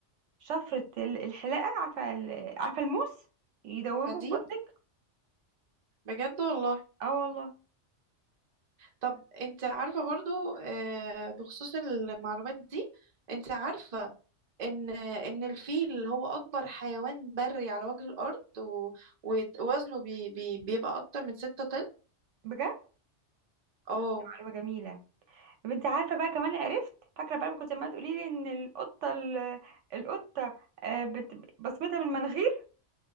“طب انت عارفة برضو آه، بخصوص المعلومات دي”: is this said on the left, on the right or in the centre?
Right